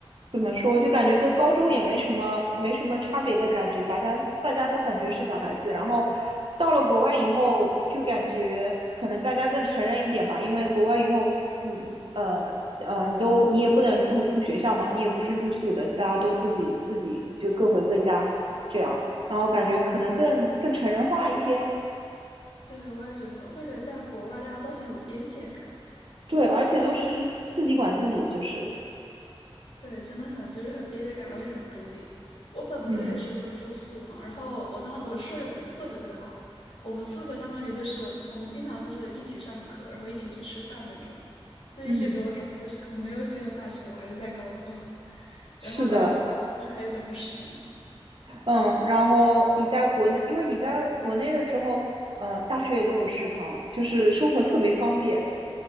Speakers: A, on the right; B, on the left.
A: 怎么说？就感觉跟高中也没什么没什么差别的感觉，大家大家都感觉是小孩子。然后到了国外以后，就感觉可能大家更成人一点吧，因为国外以后你呃呃，你都你也不能住住学校嘛，你也不是住宿的，大家都自己自己就各回各家这样。然后感觉可能更更成人化一些，
B: 对，我也觉得，我感觉在国外大家都很有边界感。就是
A: 对，而且都是自己管自己，就是
B: 对，真的很就是很边界感，然后也很独立。我本科也是就住宿嘛，
A: 嗯
B: 然后我当我舍友们特别特别好，我们四个相当于就是我们经常就是一起上课，然后一起去吃饭那种，所以一直给我的感觉就是我没有进入大学，
A: 嗯，
B: 我还是在高中，<laughs>
A: 是的。
B: 然后来到国外其实还有点不适应。
A: 嗯，然后你在国内，因为你在国内的时候，呃，大学也都有食堂，就是生活特别方便。